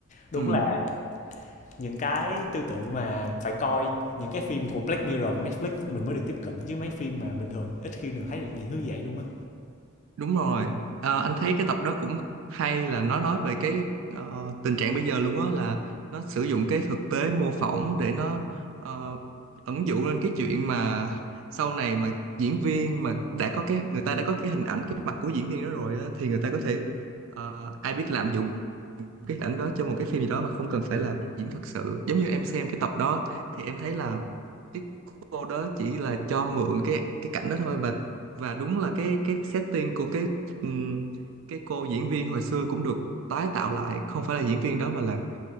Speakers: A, on the left (about 35°); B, on the right (about 65°).
A: đúng
B: Ừ.
A: là những cái tư tưởng mà phải coi những cái phim của Black Mirror của Netflix mình mới được tiếp cận chứ mấy phim mà bình thường ít khi được thấy được những thứ vậy luôn á
B: đúng rồi Ờ, anh thấy cái tập đó cũng hay là nó nói về cái ờ, tình trạng bây giờ luôn á là nó sử dụng cái thực tế mô phỏng để nó ờ, ẩn dụ lên cái chuyện mà sau này mà diễn viên mà đã có cái người ta đã có cái hình ảnh cái mặt của diễn viên đó rồi á, thì người ta có thể ờ, ai biết lạm dụng cái hình ảnh đó cho một cái phim gì đó mà không cần phải là diễn thật sự giống như em xem cái tập đó thì em thấy là cái cô đó chỉ là cho mượn cái cái cảnh đó thôi và và đúng là cái cái setting của cái ừm, cái cô diễn viên hồi xưa cũng được tái tạo lại không phải là diễn viên đó mà là